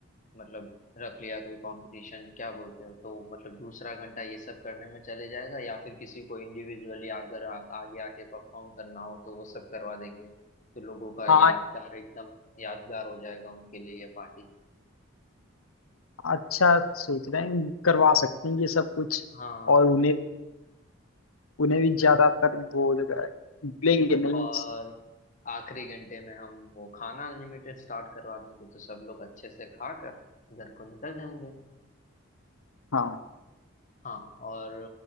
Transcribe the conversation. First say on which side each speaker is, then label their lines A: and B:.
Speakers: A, on the left (about 35°); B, on the left (about 75°).
A: मतलब रख लिया कोई कंपटीशन क्या बोलते हो तो मतलब दूसरा घंटा ये सब करने में चले जाएगा या फिर किसी को इंडिविजुअली अगर आ, आगे आके परफॉर्म करना हो तो वो सब करवा देंगे तो लोगों का
B: हाँ
A: यादगार एकदम यादगार हो जाएगा उनके लिए ये पार्टी
B: अच्छा सोच रहे हैं करवा सकते हैं ये सब कुछ
A: हाँ
B: और उन्हें उन्हें भी ज्यादातर वो जो है लेंगे नहीं
A: और आखिरी घंटे में हम वो खाना अनलिमिटेड स्टार्ट करवा देंगे तो सब लोग अच्छे से खाकर घर को निकल जाएंगे
B: हाँ
A: हाँ और